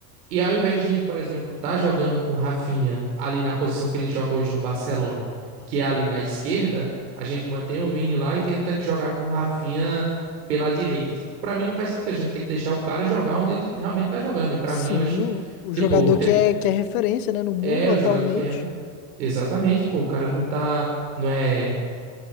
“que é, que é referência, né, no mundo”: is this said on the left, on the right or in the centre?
Left